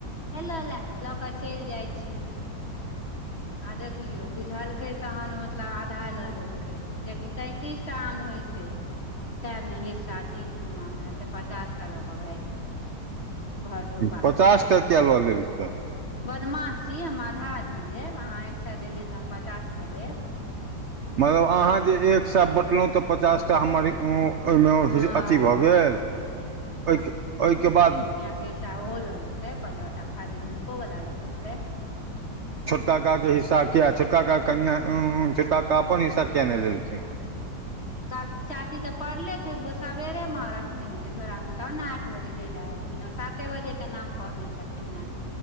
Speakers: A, on the left; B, on the right.
A: हेलो ले लऽ क चलि जाइ छी आ देख लियौ बुझलकै तहन मतलब आधा लऽ लेलकै जेकि तैंतीस टा आम होयते सएमे हिस्सा तीन ठमामे से पचास टा लऽ कऽ भाग गेलै घर ढुका
B: पचासटा
A: लेलकै
B: किया लऽ लेलके
A: बदमाश छी हम आधा अघी लेब अहाँ एक सए देलियै तऽ हम पचास टा लेब
B: मतलब अहाँ जे एक स बँटलहुँ तऽ पचास टा हमर ओहिमे
A: हँ
B: अथी भऽ
A: हँ
B: गेल ओहिके ओहिके बाद
A: भैसा ओहो लऽ लेलकै पन्द्रह टा फाजिल हुनको वला लऽ लेलकै
B: छोटका काके हिस्सा किया छोटकाके कनिया छोटका का अपन हिस्सा किया नहि लेलखिन
A: तऽ चाची तऽ पड़ले छै सबेरेमे रखने हेतै झोरा मे तब ने आठ बजे लै लऽ आयल खिनँ साते बजेके नाम कहने छलखिन हेँ